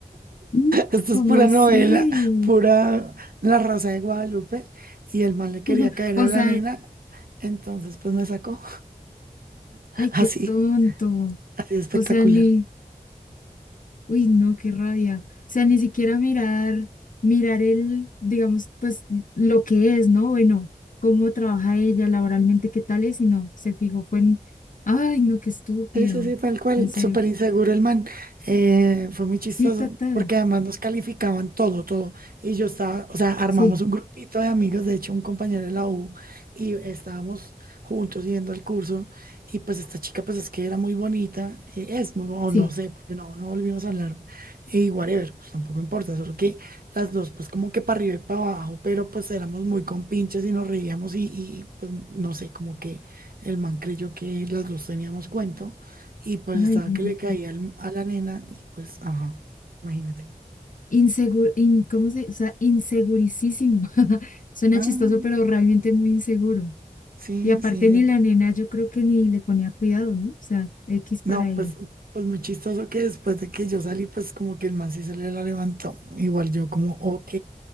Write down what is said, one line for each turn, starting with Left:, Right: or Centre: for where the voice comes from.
Left: mm,
Right: <laughs> Esto
Left: ¿Cómo
Right: es pura
Left: así?
Right: novela, pura La Rosa de Guadalupe y el mal le quería
Left: <laughs>
Right: caer
Left: O
Right: a la
Left: sea,
Right: nena, entonces pues me sacó <laughs>
Left: ay, qué
Right: así,
Left: tonto.
Right: así espectacular.
Left: O sea, ni, Uy, no, qué rabia. O sea, ni siquiera mirar, mirar el, digamos, pues lo que es, ¿no? Bueno, cómo trabaja ella laboralmente, qué tal es, y no, se fijó, fue en, ay, no, qué estúpido.
Right: Sí, sí, sí, tal cual,
Left: En serio.
Right: súper inseguro el man. Eh, fue muy chistoso,
Left: Sí, total.
Right: porque además nos calificaban todo, todo. Y yo estaba, o sea, armamos
Left: Sí,
Right: un grupito de amigos, de hecho, un compañero de la U, y estábamos juntos yendo al curso. Y pues esta chica, pues es que era muy bonita, eh, es muy, o
Left: sí.
Right: no sé, porque no, no volvimos a hablar. Y whatever, pues tampoco importa, solo que las dos, pues como que para arriba y para abajo, pero pues éramos muy compinches y nos reíamos, y, y pues no sé, como que el man creyó que las dos teníamos cuento. Y pues estaba
Left: Ay, no.
Right: que le caía al- a la nena y pues, ajá, imagínate.
Left: Inseguro, in- ¿cómo se? O sea, insegurísimo. <laughs> Suena
Right: Ah,
Left: chistoso, pero realmente muy inseguro.
Right: sí,
Left: Y aparte
Right: sí.
Left: ni la nena, yo creo que ni le ponía cuidado, ¿no? O sea, X para
Right: No,
Left: ella.
Right: pues, pues muy chistoso que después de que yo salí, pues como que el man sí se le la levantó. Igual yo como, ok.